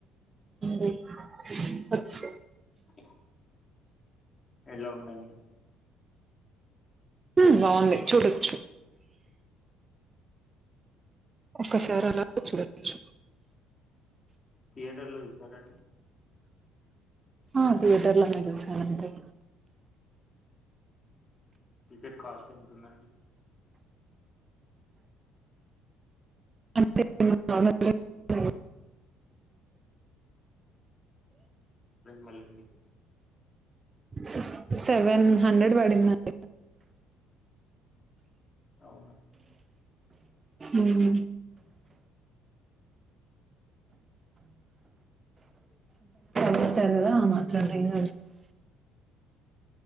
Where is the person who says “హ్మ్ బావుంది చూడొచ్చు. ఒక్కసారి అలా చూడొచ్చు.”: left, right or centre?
Right